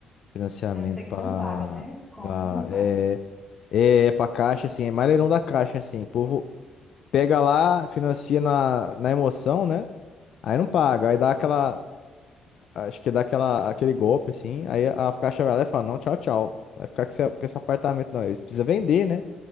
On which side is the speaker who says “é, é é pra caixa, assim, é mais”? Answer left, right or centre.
Left